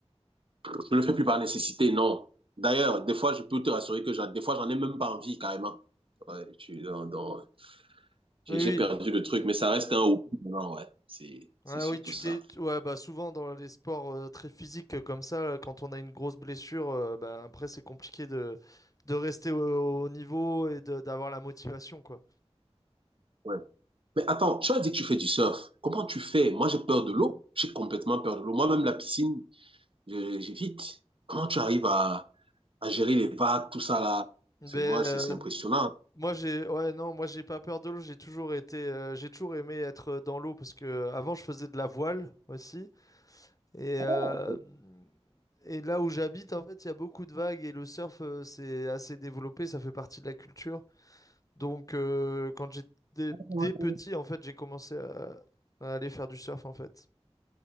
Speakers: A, on the right; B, on the left.
A: Je ne le fais plus par nécessité, non. D'ailleurs, des fois, je peux te rassurer que j'en- des fois, j'en ai même pas envie, carrément. Ouais, je suis dans- dans- j'ai
B: oui,
A: j'ai
B: oui.
A: perdu le truc, mais ça reste un hobby. Non, ouais, c'est
B: Ouais,
A: c'est surtout
B: oui, tu
A: ça.
B: t'es tu- ouais, bah souvent dans les sports euh, très physiques euh, comme ça, euh, quand on a une grosse blessure, euh, bah, après c'est compliqué de, de rester au, au niveau et de- d'avoir la motivation quoi.
A: Ouais. Mais attends, tu as dit que tu fais du surf. Comment tu fais? Moi, j'ai peur de l'eau. J'ai complètement peur de l'eau. Moi-même, la piscine, je- j'évite. Comment tu arrives à, à gérer les vagues, tout ça là?
B: Ben
A: C'est moi, c'est
B: euh,
A: c'est impressionnant.
B: moi j'ai ouais non, moi j'ai pas peur de l'eau, j'ai toujours été euh, j'ai toujours aimé être euh, dans l'eau parce que euh, avant je faisais de la voile aussi et
A: Oh,
B: euh, et là où j'habite en fait, il y a beaucoup de vagues et le surf euh, c'est assez développé, ça fait partie de la culture. Donc, euh, quand j'étais dès
A: ouais.
B: petit, en fait, j'ai commencé à, à aller faire du surf, en fait.